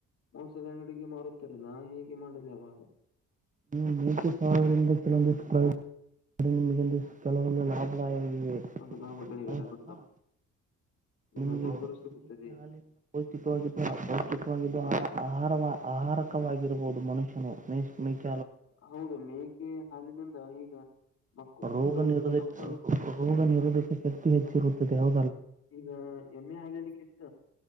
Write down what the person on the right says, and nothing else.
ನೀ ನೀತಿ ಸಗಳಿಂದ ಕೆಲವೊಂದಿಷ್ಟು <unintelligible> ಕೆಲವೊಂದು ಲಾಭದಾಯ <unintelligible>
ನಿಮಗೆ
ನೀತಿ ಹಾಲಿನಿಂದ ಪೌಷ್ಟಿಕವಾಗಿದ್ದ. ವ ಆಹಾರ ಆಹಾರಕವಾಗಿರಬಹುದು ಮನುಷ್ಯನು <unintelligible>
ರೋಗ ನಿರೋಧಕ
ರೋಗ ನಿರೋಧಕ ಶಕ್ತಿ ಹೆಚ್ಚಿರುತ್ತದೆ ಹೌ